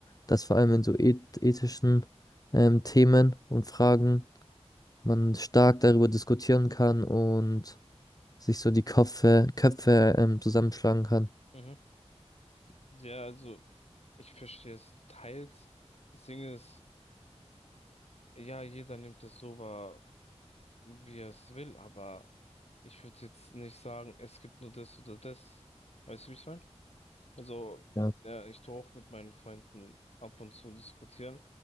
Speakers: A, on the left (about 35°); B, on the left (about 65°).
A: dass vor allem in so eth ethischen ähm, Themen und Fragen man stark darüber diskutieren kann und sich so die Köpfe, Köpfe ähm, zusammenschlagen kann,
B: mhm. Ja, also ich verstehe es teils. Das Ding ist, ja, jeder nimmt es so wahr, wie er es will, aber ich würde jetzt nicht sagen, es gibt nur das oder das. Weißt du, wie ich meine? Also,
A: Ja.
B: ja, ich tue auch mit meinen Freunden ab und zu diskutieren.